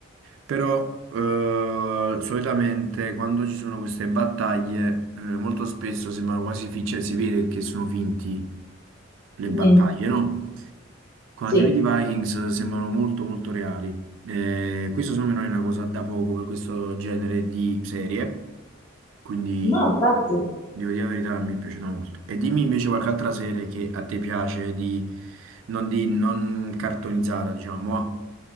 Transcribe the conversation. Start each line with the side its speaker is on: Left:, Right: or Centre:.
Right: però eh, solitamente quando ci sono queste battaglie, eh, molto spesso sembrano quasi finti, cioè si vede che sono finti le
Left: mm,
Right: battaglie, no? Quando
Left: sì,
Right: ti vedi i Vikings sembrano molto molto reali. Eh, questo secondo me non è una cosa da poco per questo genere di serie, quindi
Left: no, infatti.
Right: devo dire la verità, mi è piaciuta molto. E dimmi invece qualche altra serie che a te piace, di, non, di, non cartonizzata, diciamo. ah.